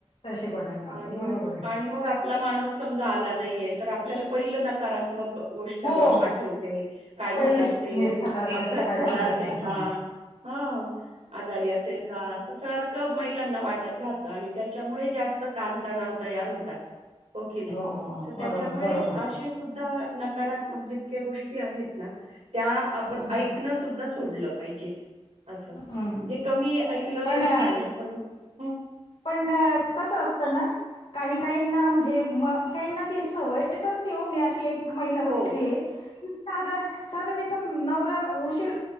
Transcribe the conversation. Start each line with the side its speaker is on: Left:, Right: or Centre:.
Left: तशी बनायला लागते
Right: आणि
Left: बरोबर
Right: आणि मग आपला माणूस समजा आला नाहीये तर आपल्याला पहिलं नकारात्मक गोष्ट
Left: हो
Right: आठवते काय झालं
Left: पहिले
Right: आसेल,
Left: मिस झाला असेल
Right: अपघात
Left: काय
Right: झाला
Left: झालं
Right: आसेल
Left: असेल हा.
Right: का? हा आजारी आसेल का आस सार क महिलांना वाटत राह त आणि त्याच्यामुळे जास्त ताणतणाव तयार होतात. हो की नाही
Left: हो,
Right: तर
Left: बरोबर
Right: त्याच्यामुळे
Left: बरोबर
Right: आशे सुद्धा नकारात्मक जितक्या गोष्टी आहेत ना त्या आपण
Left: हम्म
Right: ऐकणं सुद्धा सोडलं पाहिजे. असं म्हणजे
Left: हम्म
Right: कमी ऐकलं
Left: पण
Right: तरी चालेल पण म
Left: पण कसं असत ना काही काहींना म्हणजे म काहिंना ती सवयच असती हो मी आश ती एक महिला बघितली
Right: हो.
Left: आहे. अं साधं साध तिचा नवरा उशीर